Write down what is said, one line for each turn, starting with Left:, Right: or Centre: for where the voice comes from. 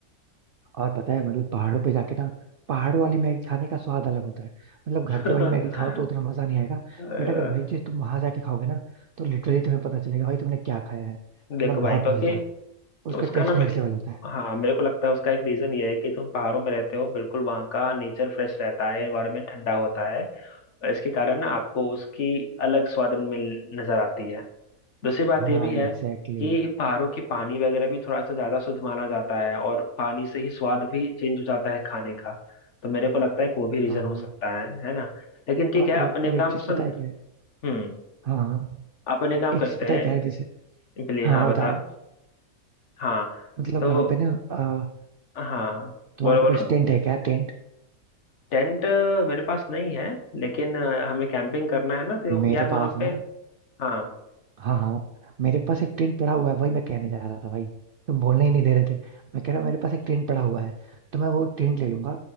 Right: और पता है मतलब पहाड़ों पे जाके ना पहाड़ों वाली मैगी खाने का स्वाद अलग होता है मतलब
Left: <laughs>
Right: घर पे वही मैगी खाओ तो उतना मजा नहीं आएगा
Left: अ,
Right: बट अगर वही चीज तुम वहां जाके खाओगे ना तो लिटरली तुम्हें पता चलेगा भाई तुमने क्या खाया है मतलब
Left: देखो
Right: बहुत
Left: भाई क्योंकि
Right: मजेदार उसका
Left: उसका
Right: टेस्ट
Left: ना मेरे
Right: नेक्स्ट लेवल होता है
Left: हाँ मेरे को लगता है उसका एक रीजन ये है कि तुम पहाड़ों में रहते हो बिल्कुल वहाँ का नेचर फ्रेश रहता है एनवायरनमेंट ठंडा होता है और इसके कारण ना आपको उसकी अलग स्वाद मिल नजर आती है दूसरी बात
Right: हाँ
Left: ये भी
Right: एग्जैक्टली
Left: है कि
Right: exactly.
Left: पहाड़ों की पानी वगैरह भी थोड़ा सा ज्यादा शुद्ध माना जाता है और पानी से ही स्वाद भी चेंज हो जाता है खाने का तो मेरे को लगता है कि वो भी रीजन
Right: हाँ
Left: हो
Right: हाँ
Left: सकता है है ना लेकिन ठीक
Right: और,
Left: है
Right: ए,
Left: अपने
Right: और
Left: काम
Right: एक चीज
Left: सुन
Right: पता है क्या है
Left: हम्म
Right: हाँ हाँ
Left: अपने काम
Right: एक
Left: करते
Right: चीज पता
Left: हैं
Right: है क्या है जैसे
Left: बिल्ली
Right: हाँ
Left: हाँ बता
Right: बताओ
Left: हाँ
Right: मतलब
Left: तो
Right: वहां पे ना अ,
Left: हाँ
Right: तुम्हारे
Left: बोलो बोलो
Right: पास टेंट है क्या टेंट
Left: टेंट अ, मेरे पास नहीं है लेकिन अ, हमें कैंपिंग करना है ना तो
Right: मेरे
Left: यार वहाँ
Right: पास ना
Left: पे हाँ
Right: हाँ हाँ मेरे पास एक टेंट पड़ा हुआ है वही मैं कहने जा रहा था भाई तुम बोलने ही नहीं दे रहे थे मैं कह रहा हूँ मेरे पास एक टेंट पड़ा हुआ है तो मैं वो टेंट ले लूंगा